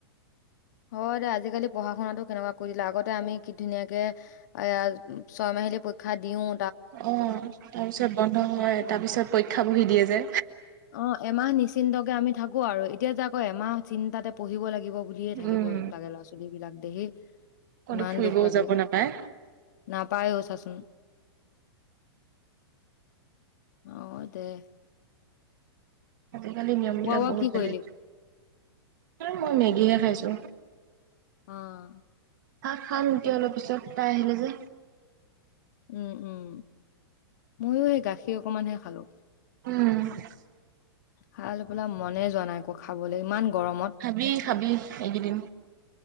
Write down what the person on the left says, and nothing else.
হয় আজি আজিকালি পঢ়া শুনাাতো কেনেকুৱা কৰি দিলে আগতে আমি কি ধুনীয়াকে এ ছয় মাহিলী পৰীক্ষা দিওঁও
অ এমাহ নিশ্চিন্তকে আমি থাকো আৰু এতিয়া যে আকৌ এমাহ চিন্তাতে পঢ়িব লাগিব বুলিয়ে থাকিব
লাগে ল'ৰা ছোৱালী বিলাক দেহি
ইমান
দুখ লাগে
নাপায়ও চাচোন অ অ দে
খোৱা বোৱা
কি
কৰিলি?
উম,
অ',
উম উম ময়ো সেই গাখীৰ অকমানহে খালো
খাই লৈ পেলা মনে যোৱা নাই আ একৌ খাবলৈ ইমান গৰমত